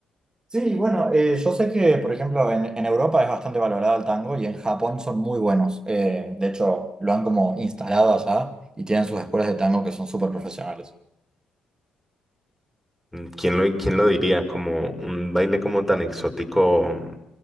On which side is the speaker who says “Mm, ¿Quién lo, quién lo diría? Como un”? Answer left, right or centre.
Centre